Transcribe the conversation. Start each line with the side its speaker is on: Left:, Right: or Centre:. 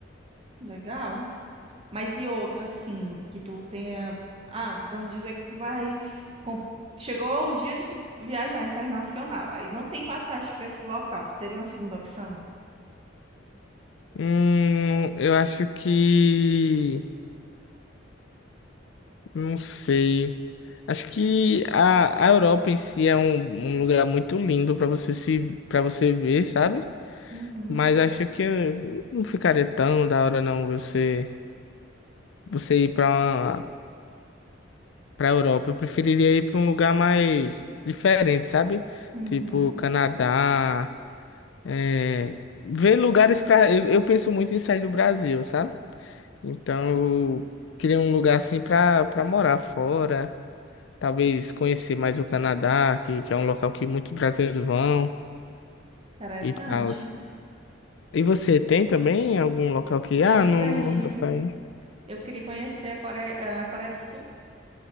Right: legal. Mas e outra, assim, que tu tenha. Ah, vamos dizer que tu vai. com- Chegou o dia de tu viajar internacional. Aí não tem passagem para esse local. Tu teria uma segunda opção?
Left: Hum, eu acho que. Não sei. Acho que a, a Europa em si é um, um lugar muito lindo pra você se para você ver, sabe?
Right: Uhum,
Left: Mas acho que não ficaria tão da hora não você você ir para uma para Europa. Eu preferiria ir para um lugar mais diferente, sabe?
Right: uhum.
Left: Tipo Canadá, é, ver lugares para eu, eu penso muito em sair do Brasil, sabe? Então eu queria um lugar assim para para morar fora, talvez conhecer mais o Canadá, que, que é um local que muitos brasileiros vão
Right: Interessante.
Left: e tal. E você tem também algum local que
Right: Eu
Left: ah, não,
Right: tenho.
Left: não dá pra ir?
Right: Eu queria conhecer a Coreia, a Coreia do Sul.